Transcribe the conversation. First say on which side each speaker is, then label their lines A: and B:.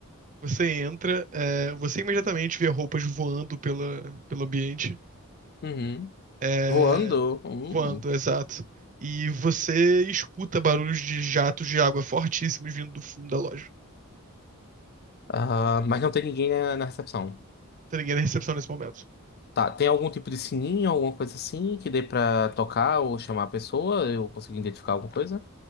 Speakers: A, on the right; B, on the left.
A: Você entra, é, você imediatamente vê roupas voando pela, pelo ambiente.
B: Uhum.
A: É,
B: Voando? Hum.
A: voando, exato. E você escuta barulhos de jatos de água fortíssimos vindo do fundo da loja.
B: Ah, mas não tem ninguém na, na recepção.
A: Tem ninguém na recepção nesse momento.
B: Tá, tem algum tipo de sininho, alguma coisa assim que dê pra tocar ou chamar a pessoa? Eu consegui identificar alguma coisa?